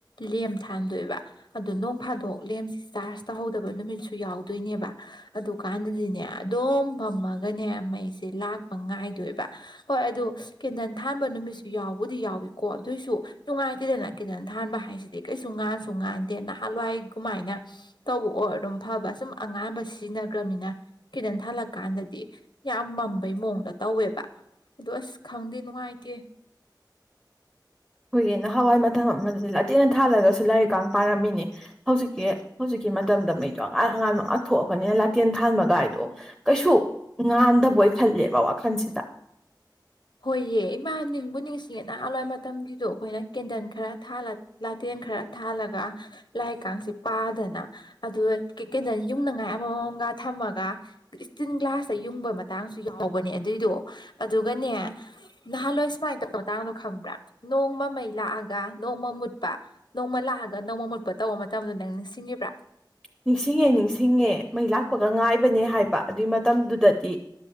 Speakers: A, on the left; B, in the centre.
A: ꯂꯦꯝ ꯊꯥꯟꯗꯣꯏꯕ ꯑꯗꯣ ꯅꯣꯡ ꯐꯥꯗꯣꯛ ꯂꯦꯝꯁꯤ ꯆꯥꯔꯖ ꯇꯧꯍꯧꯗꯕ ꯅꯨꯃꯤꯠꯁꯨ ꯌꯥꯎꯗꯣꯏꯅꯦꯕ ꯑꯗꯨꯀꯥꯟꯗꯗꯤꯅꯦ ꯑꯗꯨꯝ ꯃꯝꯃꯒꯅꯦ ꯃꯩꯁꯦ ꯂꯥꯛꯄ ꯉꯥꯏꯗꯣꯏꯕ ꯍꯣꯏ ꯑꯗꯨ ꯀꯦꯟꯗꯜ ꯊꯥꯟꯕ ꯅꯨꯃꯤꯠꯁꯨ ꯌꯥꯎꯕꯨꯗꯤ ꯌꯥꯎꯏꯀꯣ ꯑꯗꯨꯑꯣꯏꯁꯨ ꯅꯨꯡꯉꯥꯏꯇꯦꯗꯅ ꯀꯦꯟꯗꯟ ꯊꯥꯟꯕ ꯍꯥꯏꯁꯤꯗꯤ ꯀꯩꯁꯨ ꯉꯥꯟꯁꯨ ꯉꯥꯟꯗꯦ ꯅꯍꯥꯟꯋꯥꯏ ꯀꯃꯥꯏꯅ ꯇꯧꯕ ꯑꯣꯔ ꯑꯗꯨꯝ ꯐꯕ ꯁꯨꯝ ꯑꯉꯥꯟꯕ ꯁꯤꯖꯤꯟꯅꯈ꯭ꯔꯕꯅꯤꯅ ꯀꯦꯟꯗꯜ ꯊꯥꯜꯂꯛꯄ ꯀꯥꯟꯗꯗꯤ ꯌꯥꯝ ꯃꯝꯕꯩ ꯃꯑꯣꯡꯗ ꯇꯧꯋꯦꯕ ꯑꯗꯣ ꯑꯁ ꯈꯪꯗꯦ ꯅꯨꯡꯉꯥꯏꯇꯦ
B: ꯑꯩꯈꯣꯏꯒꯤꯅ ꯍꯋꯥꯏ ꯃꯇꯝ ꯑꯃꯗꯗꯤ ꯂꯥꯇꯦꯜ ꯊꯥꯜꯂꯒꯁꯨ ꯂꯥꯏꯔꯤꯛꯀ ꯄꯥꯔꯝꯃꯤꯅꯦ ꯍꯧꯖꯤꯛꯀꯤ ꯍꯧꯖꯤꯛꯀꯤ ꯃꯇꯝꯗ ꯃꯩꯗꯣ ꯑꯉꯥꯡ ꯑꯉꯥꯟ ꯉꯥꯛꯊꯣꯛꯑꯕꯅꯤꯅ ꯂꯥꯇꯦꯟ ꯊꯥꯟꯕ ꯒꯥꯏꯗꯣ ꯀꯩꯁꯨ ꯉꯥꯟꯗꯕꯣꯏ ꯈꯜꯂꯦꯕ ꯋꯥꯈꯜꯁꯤꯗ
A: ꯍꯣꯏꯌꯦ ꯏꯃꯥ ꯅꯤꯡꯕꯨ ꯅꯤꯡꯁꯤꯡꯉꯦ ꯅꯍꯥꯟꯋꯥꯏ ꯃꯇꯝꯒꯤꯗꯣ ꯑꯩꯈꯣꯏꯅ ꯀꯦꯟꯗꯜ ꯈꯔ ꯊꯜ ꯂꯥꯇꯦꯟ ꯈꯔ ꯊꯥꯜꯂꯒ ꯂꯥꯏꯛꯀꯁꯦ ꯄꯥꯗꯅ ꯑꯗꯨ ꯀꯦꯟꯗꯜ ꯌꯨꯡꯅꯉꯥꯏ ꯑꯃꯃꯝꯒ ꯊꯝꯃꯒ ꯏꯁꯇꯤꯟ ꯒ꯭ꯂꯥꯁꯇ ꯌꯨꯡꯕꯒꯤ ꯃꯇꯥꯡꯁꯨ ꯌꯥꯎꯕꯅꯦ ꯑꯗꯨꯏꯗꯣ ꯑꯗꯨꯒꯅꯦ ꯅꯍꯥꯟꯋꯥ ꯁꯨꯃꯥꯏꯅ ꯇꯧꯕ ꯃꯇꯥꯡꯗꯣ ꯈꯪꯕ꯭ꯔꯥ ꯅꯣꯡꯃ ꯃꯩ ꯂꯥꯛꯑꯒ ꯅꯣꯡꯃ ꯃꯨꯠꯄ ꯅꯣꯡꯃ ꯂꯥꯛꯑꯒ ꯅꯣꯡꯃ ꯃꯨꯠꯄ ꯇꯧꯕ ꯃꯇꯝꯗ ꯅꯪ ꯅꯤꯡꯁꯤꯡꯉꯤꯕ꯭ꯔꯥ
B: ꯅꯤꯡꯁꯤꯡꯉꯦ ꯅꯤꯡꯁꯤꯡꯉꯦ ꯃꯩ ꯂꯥꯛꯄꯒ ꯉꯥꯏꯕꯅꯦ ꯍꯥꯏꯕ ꯑꯗꯨꯏ ꯃꯇꯝꯗꯨꯗꯗꯤ